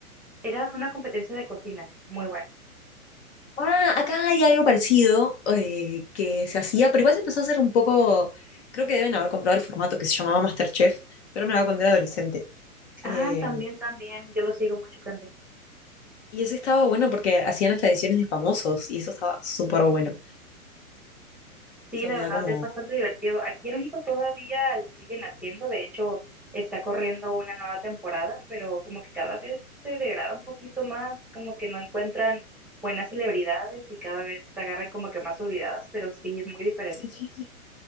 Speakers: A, in the centre; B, on the left.
A: era una competencia de cocina, muy bueno.
B: Ah, acá hay algo parecido eh, que se hacía, pero igual se empezó a hacer un poco, creo que deben haber comprado el formato que se llamaba MasterChef, pero me lo hago cuando era adolescente. Eh,
A: Ah, también, también, yo lo sigo mucho también.
B: y ese estaba bueno porque hacían hasta ediciones de famosos y eso estaba súper bueno.
A: Sí,
B: Eso
A: la
B: me da
A: verdad
B: como...
A: es bastante divertido. Aquí en México todavía lo siguen haciendo, de hecho está corriendo una nueva temporada, pero como que cada vez se degrada un poquito más, como que no encuentran buenas celebridades y cada vez se agarran como que más olvidadas, pero sí es muy diferente.
B: <laughs>